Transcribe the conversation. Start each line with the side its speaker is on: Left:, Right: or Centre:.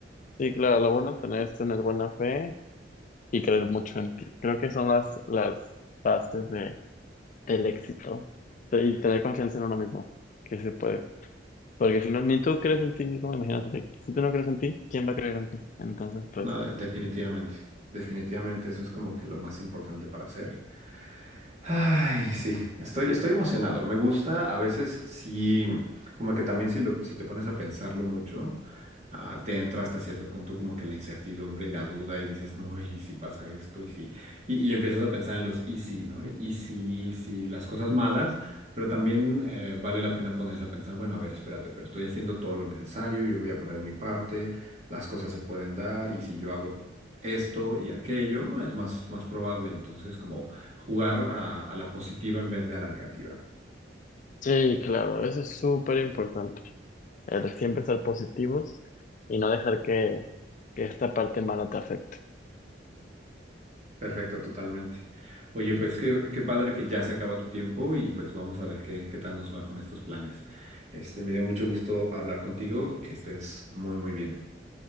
Left: Sí, claro, lo bueno tener es tener buena fe y creer mucho en ti. Creo que son las, las bases de, del éxito y tener confianza en uno mismo, que se puede. Porque si no, ni tú crees en ti mismo, imagínate, si tú no crees en ti, ¿quién va a creer en ti? Entonces, pues,
Right: No, definitivamente, definitivamente eso es como que lo más importante para hacer. Ay, sí, estoy, estoy emocionado. Me gusta, a veces sí, como que también si, lo, si te pones a pensarlo mucho, ah, te entra hasta cierto punto como que la incertidumbre y la duda y dices, no, y si pasa esto, y si, y, y empiezas a pensar en los y si, ¿no? Y y si, y si, las cosas malas, pero también eh, vale la pena ponerse a pensar, bueno, a ver, espérate, pero estoy haciendo todo lo necesario, yo voy a poner mi parte, las cosas se pueden dar, y si yo hago esto y aquello, es más, más probable. Entonces, como jugar a, a la positiva en vez de a la negativa.
Left: sí, claro, eso es súper importante, el siempre ser positivos y no dejar que, que esta parte mala te afecte.
Right: Perfecto, totalmente. Oye, pues qué, qué padre que ya se acaba tu tiempo y pues vamos a ver qué, qué tal nos va con estos planes. Este, me dio mucho gusto hablar contigo, que estés muy, muy bien.